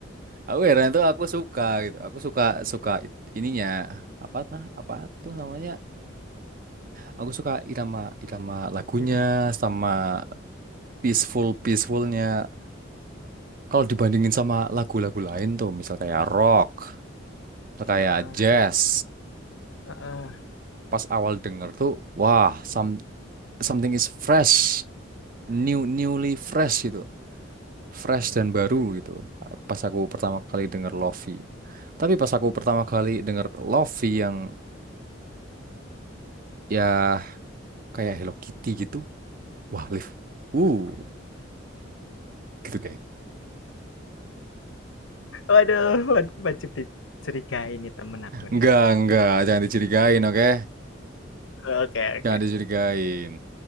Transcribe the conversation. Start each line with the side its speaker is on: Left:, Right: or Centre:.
Right: Aku heran tuh aku suka gitu. Aku suka suka it- ininya apa nah apa tuh namanya? Aku suka irama irama lagunya
Left: itu
Right: sama peaceful peacefulnya. Kalau dibandingin sama lagu-lagu lain tuh, misal kayak rock, misal kayak
Left: heeh
Right: jazz,
Left: heeh,
Right: pas awal denger tuh, wah, some- something is fresh, new newly fresh gitu. fresh
Left: yo
Right: dan
Left: yes.
Right: baru gitu. Pas aku pertama kali denger Lofi. Tapi pas aku pertama kali denger Lofi yang ya kayak Hello Kitty gitu. Wah, Liv. Uh,
Left: Waduh
Right: gitu deh.
Left: waduh wajib dicurigai nih temen aku
Right: Enggak,
Left: nih.
Right: enggak, jangan dicurigain, oke?
Left: Oke oke.
Right: Jangan dicurigain.